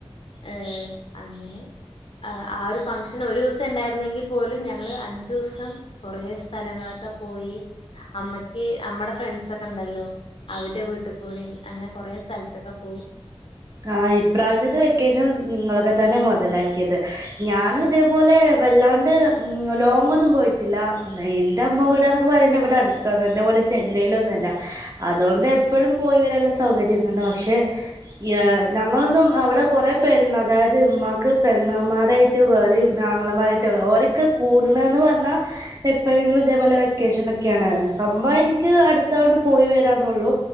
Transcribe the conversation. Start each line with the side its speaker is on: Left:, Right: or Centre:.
Left: ഏഹ് അങ്ങനെ ആഹ് ആ ഒരു ഫങ്ഷൻ ഒരു ദിവസേ ഇണ്ടാരുന്നെങ്കി പ്പോലും ഞങ്ങള് അഞ്ചുസം കൊറെ സ്ഥലങ്ങളക്ക പോയി അമ്മക്ക് അമ്മട ഫ്രണ്ട്‌സ് ത്ത കണ്ടല്ലോ അവര്ട വീട്ടികൂടി അങ്ങനെ കൊറെ സ്ഥലത്തൊക്കെ പോയി
Right: ആഹ് ഈ പ്രാവശ്യത്തെ വെക്കേഷൻ നിങ്ങളൊക്ക തന്നെ മൊതലാക്കിയത് ഞാനും ഇതേ പോലെ വല്ലോന്റേം ഉം ലോങ്ങ്‌ ഒന്നും പോയിട്ടില്ല എന്റെ അമ്മവീട് എന്നൊക്കെ പറയുന്നത് ഇവിടെ അടുത്താണ് നിന്നപോലെ ചെനൈലൊന്നും അല്ലാ അതുകൊണ്ട് എപ്പോഴും പൊയ് വരാനുള്ള സൗകാര്യക്കെ ഉണ്ടാക്കും ഷേ യാ ഞങ്ങളൊന്നും അവിടെ കൊറെ പേരുണ്ടാകും അതായത് ഉമ്മാക്ക് പെങ്ങമ്മാരായിട്ട് വേറേം ആങ്ങള മാരായിട്ട് വേറെ ഓരെക്കെ കൂടണേന്ന് പറഞ്ഞാ എപ്പഴങ്കിലും ഇതേപോലെ വെക്കേഷനിലൊക്കെ ആണ് സംഭവം എനിക്ക് അടുത്താണ് പൊയ് വരവുന്നെ ഒള്ളു